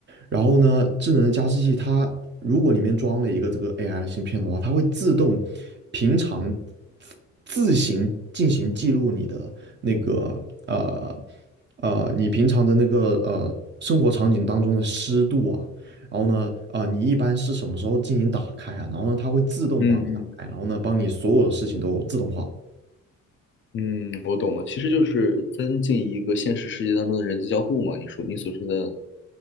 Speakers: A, on the right; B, on the left.
A: 然后呢，智能的加湿器它如果里面装了一个这个 AI 的芯片的话，它会自动平常自行进行记录你的那个呃呃你平常的那个呃生活场景当中的湿度啊，然后呢啊、呃你一般是什么时候进行打开啊？然后呢它会自动帮你打开，
B: 嗯嗯
A: 然后呢帮你所有的事情都自动化。
B: 嗯，我懂了，其实就是增进一个现实世界当中的人机交互嘛。你说你所说的